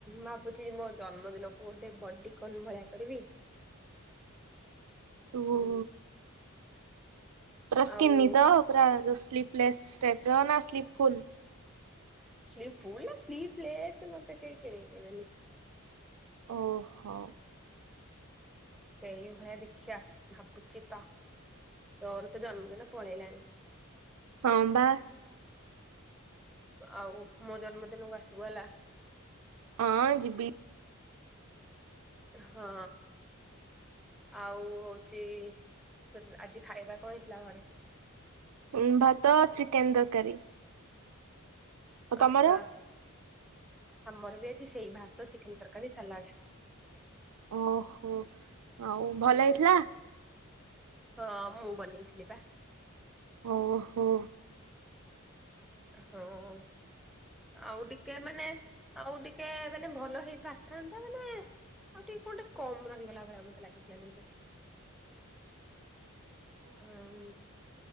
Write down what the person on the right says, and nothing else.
ଓହୋ।
ଡ୍ରେସ୍
କିଣିନିତ ପୁରା ଯଉ ସ୍ଲିପ ପ୍ଲେସ ଟାଇପ ର ନା ସ୍ଲିପଫୁଲ?
ଓହୋ।
ହଁ ବା।
ହଁ ଯିବି।
ଉଁ ଭାତ ଚିକେନ ତରକାରୀ। ଆଉ
ତମର?
ଓହୋ ଆଉ ଭଲ ହେଇଥିଲା?
ଓହୋ।